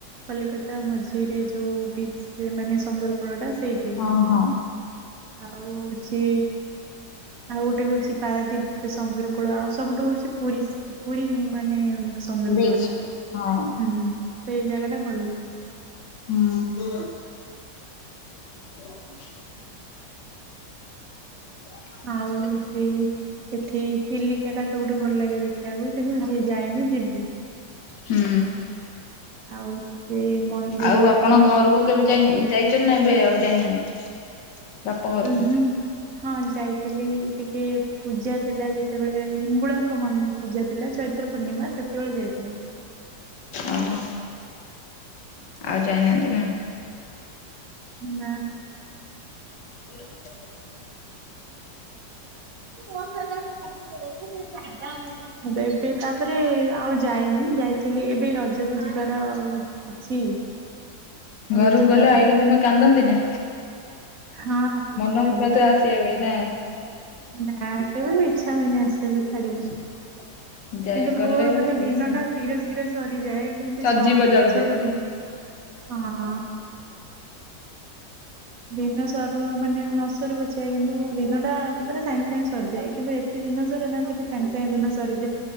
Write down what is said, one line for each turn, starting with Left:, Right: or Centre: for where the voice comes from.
Right: କଲିକତା ମଝିରେ ଯୋଉ ବିଚ ମାନେ ସମୁଦ୍ର କୂଳ ଟା ସେଇ
Left: ହଁ ହଁ
Right: ଆଉ ହଉଛି ଆଉ ଗୋଟେ ହଉଛି ପାରାଦଵୀପ ସମୁଦ୍ର କୂଳ ଆଉ ସବୁଠୁ ହଉଛି ପୁରୀ ପୁରୀ ମାନେ ସମୁଦ୍ର
Left: ବିଚ୍
Right: କୂଳ ଟା
Left: ହଁ
Right: ହୁଁୁ ସେଇ ଜାଗା ଟା ଭଲ ଲ
Left: ହୁଁ ହ ହ
Right: ଆଉ ସେ ଏଠି ଚିଲି ସେଟା ସବୁଠୁ ଭଲ ଲାଗେ ଦେଖିବାକୁ କିନ୍ତୁ ଯିଏ ଯାଇନି ଯିବି
Left: ହୁଁ
Right: ଆଉ ସେ ମନ୍ଦିର
Left: ଆଉ
Right: ଭିତରେ
Left: ଆପଣ ଘରକୁ କେବେ ଯାଇଛ ନା ଏବେ ଆଉ ଯାଇନାହାନ୍ତି ବାପ ଘରକୁ
Right: ହୁଁ ହୁଁ ହଁ ଯାଇଥିଲି ଟିକେ ପୂଜା ଥିଲା ଯେତେବେଳେ ଇଙ୍ଗୁଳାଙ୍କ ମନ୍ଦି ପୂଜା ଥିଲା ଚୈତ୍ର ପୂର୍ଣ୍ଣିମା ସେତେବେଳେ ଯାଇଥିଲା
Left: ଓହୋ ଆଉ ଯାଇନାହାନ୍ତି ନା?
Right: ନା।
Left: ହଁ
Right: ମସାଗ ଧାଗା ଏବେ ଏବେ ତାପରେ ଆଉ ଯାଇନି ଯାଇଥିଲି ଏବେ ରଜକୁ ଯିବାର ଅଛି ଆଉ
Left: ଘରକୁ
Right: ଯିବା
Left: ଗଲେ ଆଇଲା
Right: ପାଇଁ
Left: ଦିନ କାନ୍ଦନ୍ତି ନା
Right: ହଁ କହୁଛନ୍ତି
Left: ମନକୁ ମତେ ଆସ୍ ଆସିବା ପାଇଁ ନା?
Right: ନା କେବେ ଇଚ୍ଛା ହୁଏନି ଆସିବାକୁ ଛାଡିକି। କିନ୍ତୁ
Left: ଯାଇ ଗଲେ
Right: ପୁଅ
Left: ଗୋଟେ
Right: ମାନେ
Left: ଖୁସି
Right: ଦିନଟା ଶୀଘ୍ର ଶୀଘ୍ର ସରିଯାଏ। କେମତି
Left: ସରିଯିବ
Right: ସହନ
Left: ଜଲ୍ଦି
Right: ସରୁଦିନ୍
Left: ଜଲ୍ଦି
Right: ହଁ। ଦିନ ସରୁ ମାନେ ନ ସରୁ ପଛେ କିନ୍ତୁ ଦିନଟା ମାନେ ସାଙ୍ଗେ ସାଙ୍ଗେ ସରିଯାଏ କିନ୍ତୁ ଏଠି ଦିନ ସରେନା ସେଠି ସାଙ୍ଗେ ସାଙ୍ଗେ ଦିନ ସରିଯଏ।